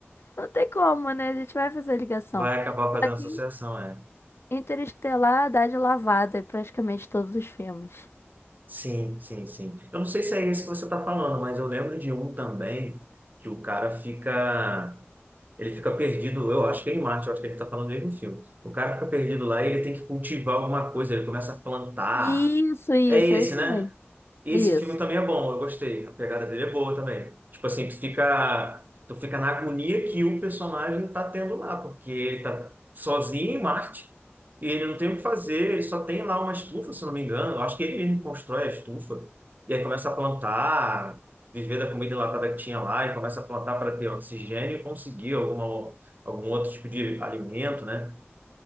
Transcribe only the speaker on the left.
Não tem como, né? A gente vai fazer ligação.
Só
que.
Interestelar dá de lavada em praticamente todos os filmes.
Isso, isso,
é esse
mesmo.
Isso.